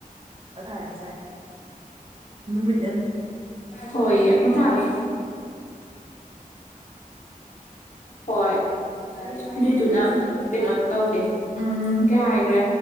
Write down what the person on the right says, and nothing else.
ꯑꯊꯥ ꯌꯥꯝ ꯆꯥꯏ ꯅꯨꯃꯤꯠ